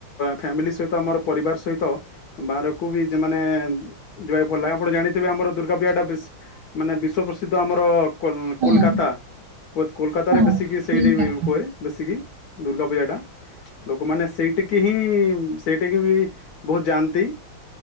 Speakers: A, on the left (about 65°); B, on the right (about 70°).
A: ଫ୍ୟାମିଲି ସହିତ ଆମର ପରିବାର ସହିତ ବାହାରକୁ ବି ଯେମାନେ ଯିବାକୁ ପଡ଼ିଲା ଆପଣ ଜାଣିଥିବେ ଆମର ଦୁର୍ଗା ପୂଜା ଟା ବିସ୍ ମାନେ ବିଶ୍ଵ ପ୍ରସିଦ୍ଧ ଆମର କୋଲ
B: ହଁ
A: କୋଲକାତା କୋଲକାତା
B: ହଁ
A: ରେ ବେଶୀକ ସେଇଠି
B: କୋଲକାତା।
A: ହୁଏ ବେଶୀକି ଦୁର୍ଗା ପୂଜା ଟା ଲୋକମାନେ ସେଇଠିକି ହିଁ ସେଇଠିକି ବି ବହୁତ ଯାଆନ୍ତି।